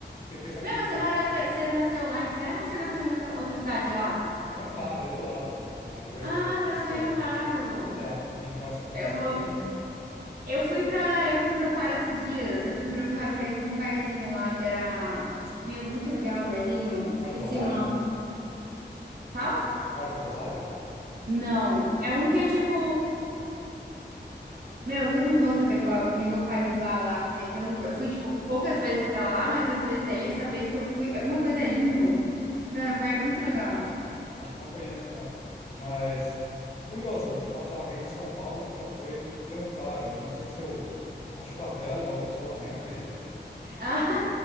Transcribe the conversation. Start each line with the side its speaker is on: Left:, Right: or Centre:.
Left: aquele pensamento
Right: meu, mas
Left: dos
Right: você mora, você, você nasceu lá em Serra ou você nasceu em outra, outra cidade lá?
Left: Amparo ali do lado. E depois
Right: Ah,
Left: a minha infância.
Right: você nasceu em Amparo.
Left: É, minha infância foi
Right: Eu
Left: em Serra
Right: vou,
Left: Negra, né?
Right: Eu fui pra eu fui para Amparo esses dias. Eu fui pra Amparo pra ir num barzinho lá que era meu, muito legal o barzinho. Esqueci
Left: Bar do Rosário?
Right: o nome. Qual?
Left: Bar do Rosário?
Right: Não, é um que é tipo meu, que eu não vou saber qual- me localizar lá também, que eu não eu fui tipo poucas vezes pra lá, mas às vezes
Left: Não,
Right: aí essa vez que eu fui, alguma coisa Inno. Meu, era um bar muito legal.
Left: Acho que não conheço, não. Mas curioso encontrar alguém de São Paulo que já foi para Amparo. Não sei se eu acho bacana ou se eu lamento aí.
Right: <laughs> Ah,